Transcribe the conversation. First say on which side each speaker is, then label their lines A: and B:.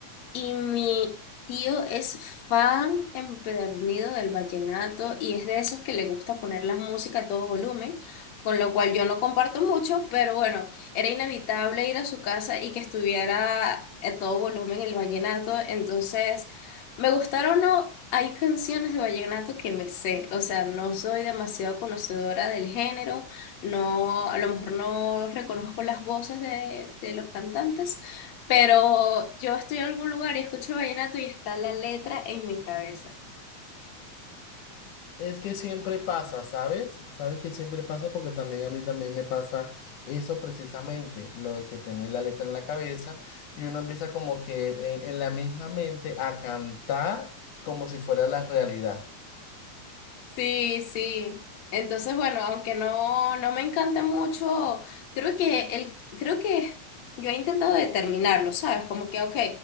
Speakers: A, on the left (about 65°); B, on the left (about 85°).
A: Y mi tío es fan empedernido del vallenato y es de esos que le gusta poner la música a todo volumen, con lo cual yo no comparto mucho, pero bueno, era inevitable ir a su casa y que estuviera a todo volumen el vallenato. Entonces, me gustaron o no, hay canciones de vallenato que me sé, o sea, no soy demasiado conocedora del género, no, a lo mejor no reconozco las voces de, de los cantantes pero yo estoy en algún lugar y escucho vallenato y está la letra en mi cabeza.
B: Es que siempre pasa, ¿sabes? Sabes que siempre pasa porque también a mí también me pasa eso precisamente, lo de que tener la letra en la cabeza y uno empieza como que en, en la misma mente a cantar como si fuera la realidad.
A: Sí, sí. Entonces, bueno, aunque no, no me encanta mucho, creo que el, creo que yo he intentado determinarlo, ¿sabes? Como que, ok,